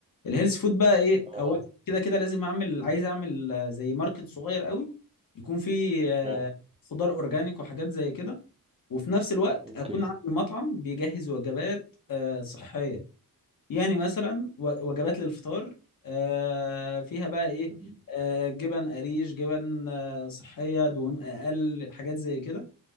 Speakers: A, on the left (about 65°); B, on the right (about 15°).
A: الهيلث فود بقى ايه
B: آه
A: اول كده كده لازم اعمل عايز اعمل آه، زي ماركت صغير قوي يكون فيه آه،
B: تمام
A: خضار اورجانيك وحاجات زي كده وفي نفس الوقت
B: أوكي
A: اكون عامل مطعم بيجهز وجبات آه، صحيه يعني مثلا و- وجبات للفطار آه، فيها بقى ايه
B: تمام.
A: آه، جبن قريش جبن آه، صحية دهون اقل حاجات زي كده